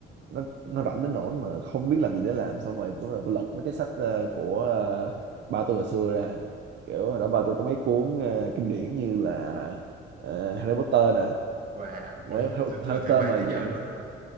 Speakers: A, on the right; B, on the right.
A: nó nó rảnh đến nỗi mà không biết làm gì để làm xong rồi tôi bắt đầu tôi lật mấy cái sách à, của à, ba tôi hồi xưa ra kiểu hồi đó ba tôi có mấy cuốn à, kinh điển như là à, Harry Potter nè
B: và
A: Đấy,
B: ui
A: Harry
B: giữ
A: Potter
B: từ thời 3
A: mà
B: tới
A: dạng
B: giờ luôn hả